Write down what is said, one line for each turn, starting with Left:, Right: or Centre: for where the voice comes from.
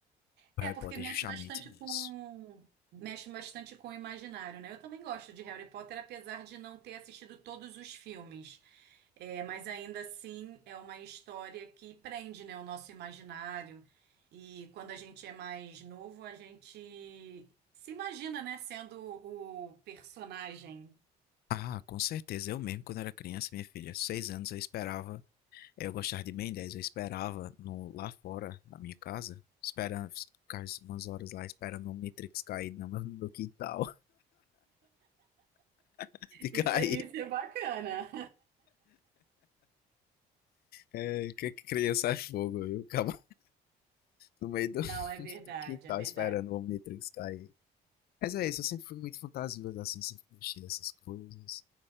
Left: O
Right: É,
Left: Harry
Right: porque
Left: Potter
Right: mexe
Left: é justamente
Right: bastante
Left: nisso.
Right: com mexe bastante com o imaginário, né? Eu também gosto de Harry Potter, apesar de não ter assistido todos os filmes. É, mas ainda assim é uma história que prende, né, o nosso imaginário. E quando a gente é mais novo, a gente se imagina, né, sendo o personagem.
Left: Ah, com certeza. Eu mesmo, quando era criança, minha filha, aos seis anos, eu esperava. Eu gostava de Ben 10, eu esperava no, lá fora, na minha casa, esperando, ficar umas horas lá esperando o Omnitrix cair no meu, no meu quintal. <laughs> De cair.
Right: Isso, é- isso é bacana.
Left: É, que criança é fogo, eu acabo no
Right: <laughs>
Left: meio do,
Right: Não,
Left: <laughs>
Right: é verdade,
Left: do quintal
Right: é verdade.
Left: esperando o Omnitrix cair. Mas é isso, eu sempre fui muito fantasioso, assim, sempre gostei dessas coisas.